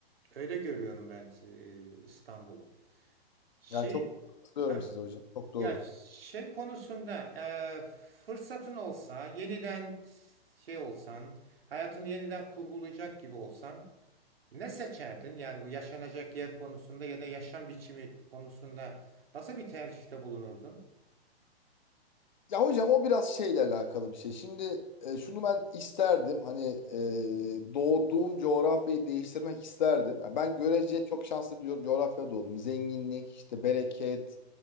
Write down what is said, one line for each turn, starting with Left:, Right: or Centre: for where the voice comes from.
Right: öyle görüyorum ben e, İstanbul'u. Şey
Left: Yani çok katılıyorum
Right: ha,
Left: size hocam. Çok doğru.
Right: ya şey konusunda e, fırsatın olsa, yeniden şey olsan, hayatını yeniden kurgulayacak gibi olsan ne seçerdin? Yani bu yaşanacak yer konusunda ya da yaşam biçimi konusunda nasıl bir tercihte bulunurdun?
Left: Ya hocam o biraz şeyle alakalı bir şey. Şimdi e, şunu ben isterdim. Hani e, doğduğum coğrafyayı değiştirmek isterdim. Ya Ben görece çok şanslı bir co- coğrafyada doğdum. Zenginlik, işte bereket,